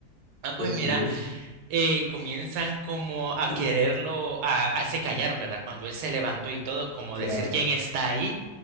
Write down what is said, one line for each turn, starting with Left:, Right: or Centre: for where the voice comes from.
Right: Ah, pues
Left: ok.
Right: mira, eh, comienzan como a
Left: <clears throat>
Right: quererlo, a- a- se callaron, ¿verdad? Cuando él se levantó y todo, como
Left: Claro.
Right: decir quién está ahí.